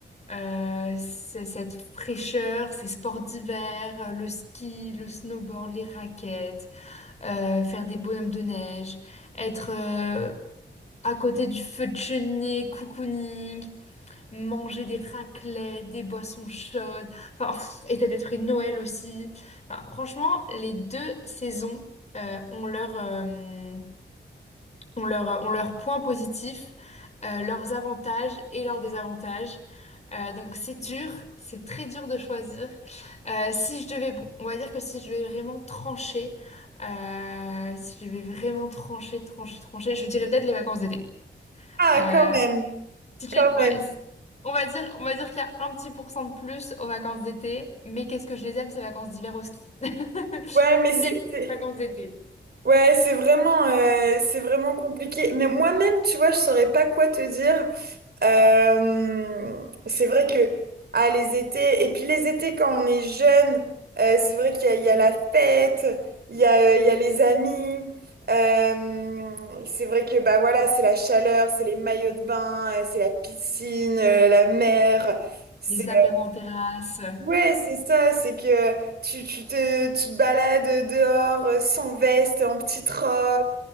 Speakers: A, on the left (about 35°); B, on the right (about 55°).
A: euh, c'est cette fraîcheur, ces sports d'hiver, euh, le ski, le snowboard, les raquettes, euh, faire des bonhommes de neige, être euh, à côté du feu de cheminée, cocooning, manger des raclettes, des boissons chaudes, enfin, pff, et t'as des trucs Noël aussi. Enfin, franchement, les deux saisons euh, ont leur, euh, on leur, on leur point positif, euh, leurs avantages et leurs désavantages. Euh, donc c'est dur, c'est très dur de choisir. Euh, si je devais, bon, on va dire que si je devais vraiment trancher, euh, si je devais vraiment trancher, trancher, trancher, je dirais peut-être les vacances d'été.
B: Ah,
A: Euh,
B: quand même,
A: si je-
B: quand
A: ouais,
B: même.
A: si- on va dire, on va dire qu'il y a un petit pourcent de plus aux vacances d'été, mais qu'est-ce que je les aime, ces vacances d'hiver au ski. <laughs>
B: Ouais, mais
A: Mais
B: c'est
A: les
B: c'est-
A: vacances d'été,
B: Ouais, c'est vraiment, euh, c'est vraiment compliqué. Mais moi-même, tu vois, je saurais pas quoi te dire. Euh, c'est vrai que ah, les étés, et puis les étés quand on est jeune, euh, c'est vrai qu'il y a, il y a la
A: Mm.
B: fête, il y a, euh, il y a les amis. Euh, c'est vrai que bah voilà, c'est la chaleur, c'est les maillots de bain, euh, c'est la piscine, euh, la mer. C'est
A: les apéros en terrasse.
B: ouais, c'est ça. C'est que tu, tu te, tu te balades dehors euh, sans veste, en petite robe.